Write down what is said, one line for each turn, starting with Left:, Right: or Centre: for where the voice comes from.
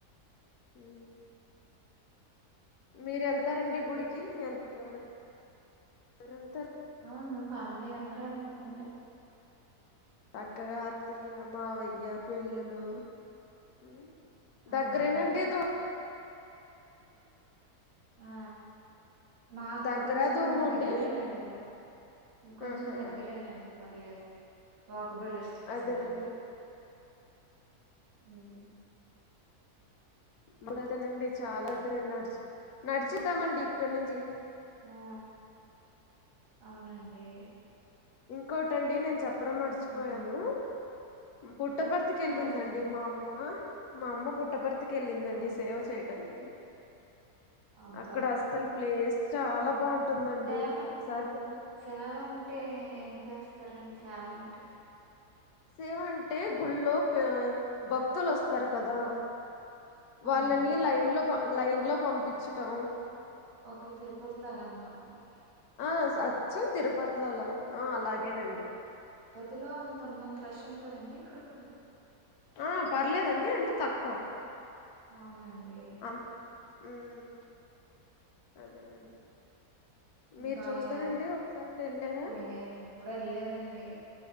Left: ఉమ్ మీర్ ఎల్ తారండి గుడికి ఎంత్ ఎవరో ఎవరేల్ తరు
Right: ఆ మేమ్ ఫ్యామిలీ అందరం ఎల్ తమండి
Left: అక్కడా అత్తియ్య మావయ్య పిల్లలు ఉమ్
Right: అవునండి
Left: దగ్గరేనండి దుర్
Right: ఆ మాకు
Left: దగ్గర
Right: కొంచమ్
Left: దూరం అండి
Right: దగ్గరేనండి కొంచెమ్
Left: ఆహా
Right: దగ్గరేనండి పర్ లెద్ ఓక్ కోబల్ లిస్టన్
Left: అదేనండి
Right: సేనండీ ఉమ్
Left: మల్ దాన్ తేనండి చాలా గరండీ నడ్ చ్ నడ్ చెల్ తమండి ఇక్కన్ నించి
Right: ఉవ ఔనండి
Left: ఇంకొటండి నేన్ చెప్పడం మర్ చిపోయాను
Right: మ్మ్
Left: పుట్టపర్ తికి ఎళ్ళిందండి
Right: ఆ చెప్పండి
Left: మా అమ్మ మా అమ్మ పుట్టపర్ తికి ఎళ్ళిందండి
Right: అవును
Left: సేవ చేయ్ టాన్ కి
Right: అబ్బా
Left: అక్కడ అస్సలు ప్లేస్ చాలా బావుంటుందండి
Right: సేవ
Left: ఒకసారి వెళ్ళి
Right: సేవ అంటే ఏం చేస్తారండి సేవ అంటే
Left: సేవ అంటే గుళ్ళో పె భక్తులొస్తారు కదా
Right: అవునండి
Left: వాళ్ళని లైన్ లో ప లైన్ లో పంపిచటం
Right: ఒకే తిర్ పత్ లాగ్ అన్ మాటండి
Left: ఆ స్ అచ్చం తిర్ పత్ లోలాన్ ఆ అలాగేనండి
Right: తిలో అంత ఉన్నంత రష్ ఉంటుదండి ఇక్కడ కూడా
Left: ఆ పర్లేదండి అంటే తక్కువ
Right: అవునాండి
Left: అన్- ఉమ్ అదేనండి మీరు
Right: బాగా
Left: చూసారండి ఒకసారి వెళ్ళారా
Right: నే ఎప్పుడెళ్లేదండి